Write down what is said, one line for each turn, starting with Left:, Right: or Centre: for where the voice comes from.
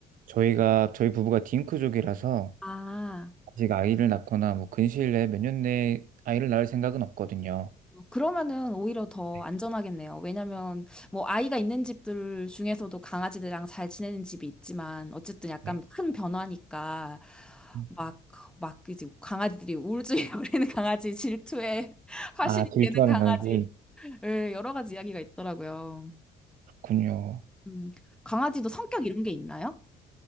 Right: 저희가 저희 부부가 딩크족이라서
Centre: 아,
Right: 아직 아이를 낳거나 뭐 근시일 내에 몇 년 내에 아이를 낳을 생각은 없거든요.
Centre: 어, 그러면은 오히려 더
Right: 네.
Centre: 안전하겠네요. 왜냐면 뭐 아이가 있는 집들 중에서도 강아지들이랑 잘 지내는 집이 있지만 어쨌든 약간
Right: 네.
Centre: 큰 변화니까
Right: 음.
Centre: 막, 막 이제 강아지들이 울증에 걸리는 <laughs> 강아지, 질투에 <laughs> 화신이
Right: 아, 질투하는
Centre: 되는 강아지,
Right: 건지
Centre: 예, 여러 가지 이야기가 있더라고요.
Right: 군요.
Centre: 음, 강아지도 성격 이런 게 있나요?